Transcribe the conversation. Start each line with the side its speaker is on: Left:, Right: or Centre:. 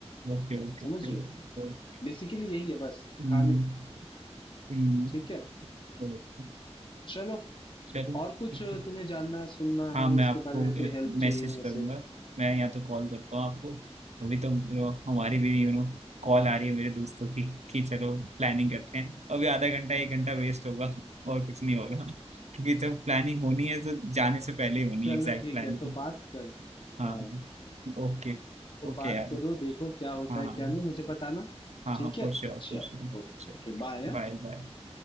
Right: okay okay
Left: समझ
Right: okay
Left: रहे हो
Right: okay
Left: बेसिकली यही है बस
Right: हम्म
Left: खाने
Right: हम्म,
Left: ठीक है
Right: ओके
Left: चलो
Right: चलो
Left: और कुछ
Right: ठीक है
Left: तुम्हें जानना सुनना
Right: हाँ
Left: है
Right: मैं
Left: इसके
Right: आपको
Left: बारे में कोई हेल्प
Right: मैसेज
Left: चाहिए वैसे
Right: करूंगा मैं या तो कॉल करता हूँ आपको अभी तो जो हमारी भी यू नो कॉल आ रही है मेरे दोस्तों की कि चलो प्लानिंग करते हैं अभी आधा घंटा एक घंटा वेस्ट होगा <laughs> और कुछ नहीं होगा क्योंकि जब प्लानिंग होनी है तो जाने से पहले ही होनी
Left: चलो
Right: है एग्जैक्ट
Left: ठीक
Right: प्लानिंग
Left: है तो बात कर
Right: हाँ
Left: हाँ
Right: हाँ ओके
Left: तो
Right: ओके
Left: बात
Right: यार
Left: करो देखो क्या होता
Right: हाँ
Left: है
Right: हाँ
Left: क्या नहीं मुझे बताना
Right: हाँ
Left: ठीक
Right: हाँ for
Left: है
Right: sure for
Left: चलो
Right: sure
Left: ओके ओके बाय
Right: Bye bye